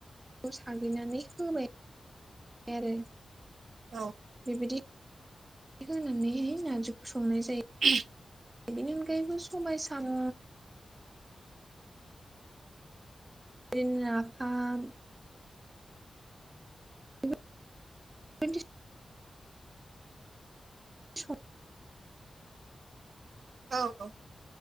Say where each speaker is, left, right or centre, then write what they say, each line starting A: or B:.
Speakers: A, on the right (about 20°); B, on the right (about 80°).
A: साग्लिनानै होबाय आरो।
B: औ।
A: बिदि होनानैहाय नारजिखौ संनाय जायो।
B: <inaudible>
A: बेनि अनगायैबो सबाइ साम' बिदिनो नाफाम <unintelligible> सं
B: औ औ